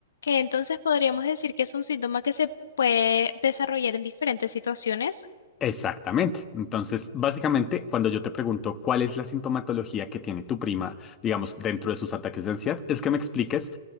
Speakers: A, on the left (about 75°); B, on the left (about 25°).
A: entonces podríamos decir que es un síntoma que se puede desarrollar en diferentes situaciones.
B: Exactamente. Entonces, básicamente, cuando yo te pregunto cuál es la sintomatología que tiene tu prima, digamos, dentro de sus ataques de ansiedad, es que me expliques